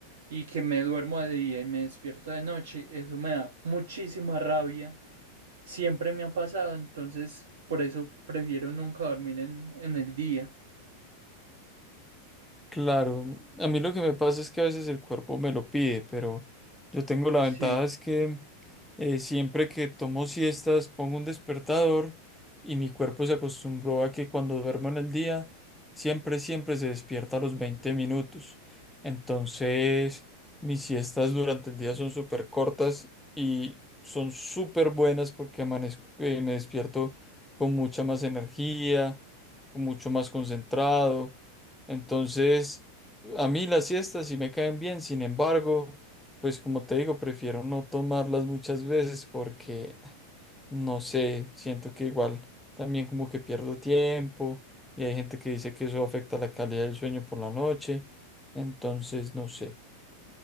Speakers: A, on the right; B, in the centre.
A: y que me duermo de día y me despierto de noche, eso me da muchísima rabia. Siempre me ha pasado, entonces por eso prefiero nunca dormir en, en el día.
B: Claro, a mí lo que me pasa es que a veces el cuerpo me lo pide, pero yo tengo la
A: Sí,
B: ventaja es que eh, siempre que tomo siestas pongo un despertador y mi cuerpo se acostumbró a que cuando duermo en el día siempre, siempre se despierta a los 20 minutos. Entonces mis siestas durante el día son súper cortas y son súper buenas porque amanezco, eh, me despierto con mucha más energía, mucho más concentrado. Entonces, a mí las siestas sí me caen bien, sin embargo, pues como te digo, prefiero no tomarlas muchas veces porque, no sé, siento que igual también como que pierdo tiempo y hay gente que dice que eso afecta la calidad del sueño por la noche, entonces no sé.